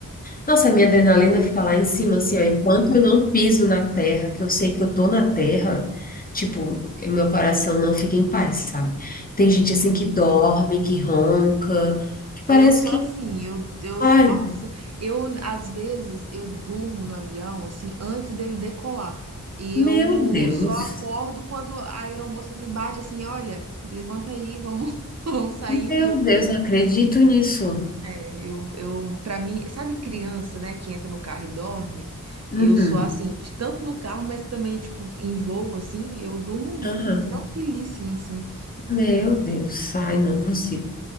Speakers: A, on the left; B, on the right.
A: Nossa, a minha adrenalina fica lá em cima, assim, ó, enquanto eu não piso na terra, que eu sei que eu tô na terra, tipo, o meu coração não fica em paz, sabe? Tem gente
B: sim.
A: assim que dorme, que ronca, que parece
B: Eu sou
A: que,
B: assim, eu, eu,
A: ai,
B: nossa, eu, às vezes, eu durmo no avião, assim, antes dele decolar. E
A: meu
B: eu
A: Deus,
B: só acordo quando a aeromoça assim, bate assim, olha, levanta aí, vamos, <laughs> vamos saindo.
A: meu Deus, não acredito nisso.
B: É, eu, eu, pra mim, sabe criança, né, que entra no carro e dorme?
A: Uhum,
B: Eu sou assim, de- tanto no carro, mas também, tipo, em voo, assim, eu durmo muito,
A: aham.
B: tranquilíssima, assim.
A: Meu Deus, ai, não consigo.